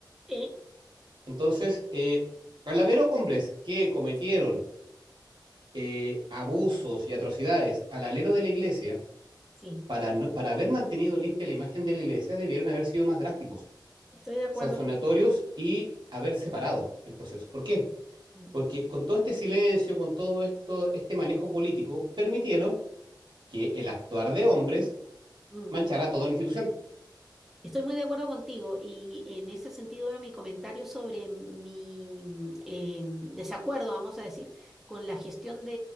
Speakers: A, in the centre; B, on the right.
A: sí,
B: Entonces, eh, al haber hombres que cometieron eh, abusos y atrocidades al alero de la iglesia,
A: sí,
B: para, no- para haber mantenido limpia la imagen de la iglesia, debieron haber sido más drásticos,
A: estoy de acuerdo
B: sancionatorios
A: con...
B: y haber separado el proceso. ¿Por qué?
A: Mm,
B: Porque con todo este silencio, con todo esto, este manejo político, permitieron que el actuar de hombres
A: mm.
B: manchara toda la institución.
A: Estoy muy de acuerdo contigo y en ese sentido era mi comentario sobre mi mm, em, desacuerdo, vamos a decir, con la gestión de